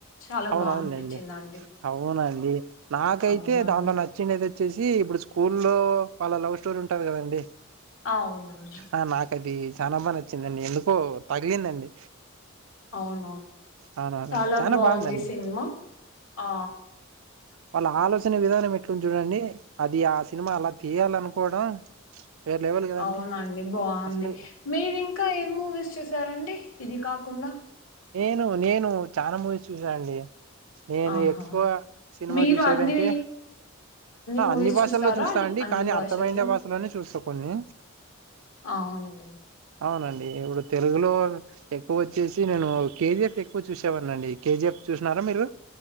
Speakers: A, on the left; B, on the right.
A: చాలా
B: అవును
A: బాగా
B: అవునులేండి
A: అనిపించిందండి
B: అవునండి నాకైతే
A: అవునండి
B: దాట్లో నచ్చింది ఏదైతే అచెసి ఇప్పుడు స్కూల్ లో వాళ్ళ లవ్ స్టోరీ ఉంటంది కదండి
A: అవునండి
B: ఆ నాకది చానా బాగా నచ్చిందండి ఎందుకో తగిలిందండి
A: అవును
B: అవునవునండి
A: చాలా
B: చానా
A: బాగుంది
B: బాగుందండి
A: సి సినిమా ఆ
B: వాళ్ళ ఆలోచన విధానం ఎట్లు చూడండి అది ఆ సినిమా అలా తీయాలనుకోవడం వేరే లెవెల్ కదండి
A: అవునండి బాగుంది
B: అసలు
A: మీరు ఇంకా ఏ మూవీస్ చేస్ స్తారండీ ఇది కాకుండా
B: ను నేను చాలా మూవీస్ చూసా అండి నేను
A: ఆహా
B: ఎక్కువ సినిమా
A: మీరు
B: చూసేదంటే
A: అన్ని మూవీస్
B: అన్ని భాషల్లో
A: చూస్తారా
B: చూస్తా అండి
A: అన్ని
B: కానీ
A: భాషలు
B: అర్థమైన భాషలోనే చూస్తాము కొన్ని
A: అవునే
B: అవునండి ఇప్పుడు తెలుగులో ఎక్కువ వచ్చేసి నేను కేజీఎఫ్ ఎక్కువ చూసేవానండి కేజీఎఫ్ చూసినారా మీరు